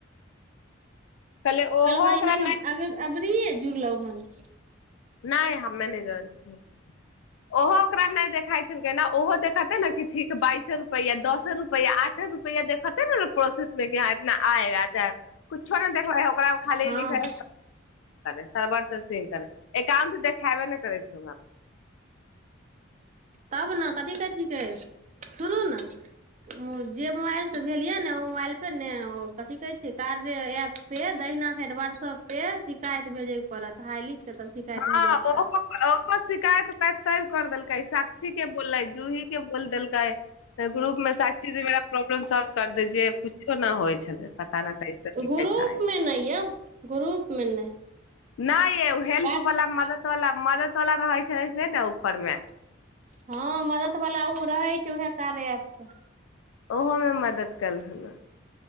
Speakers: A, on the left; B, on the right.
A: कहले ओहो
B: कलखानी
A: ओकरा
B: नहि हम अग अब रे खजू लउ हन
A: नहि हमे नहि जान छिय ओहो ओकरा नहि देखााय छलै ने ओहो देखते ने ठीक बाइसे रुपआ दसे रुपआ आठे रुपआ देखेते ने प्रोसेस मे ह इतना आएगा चे कुछो देखब ओक खाली
B: हँ
A: लिखे सर्वर से स करे क तऽ देखैब नहि कर छ
B: तब ने कथी कै छिकै सुनू ने जे मोबाइल से भेलियै ने ओ मोबाइल पे ने कथी कहै छ कार एप पे दहिना साड वाट्सऐप पे शिकायत भेजेके पड़त हाइ लिख के तब शिकायत
A: हँ
B: भेजैके पड़त
A: ओ ओ मस्तीिकायत प साब कर देलकै साक्षी के बलै जूही के ब देलकाय ग्रुप मेमेाक्षीीरा प्रॉबलम सल्व कर दे दजिय कुछ तना होइ छलै पता न कैसे के कैसा
B: ग्रुप
A: आय
B: मे नहि यौ ग्रुप मे नहि
A: नहि हेल्प
B: वाट
A: वाला मदद वाला मदद वला रहै छै से ने परमे
B: हँ मजा त पल आउ रहै छै उएह सारे आत
A: ओहोमे मदद कल रहल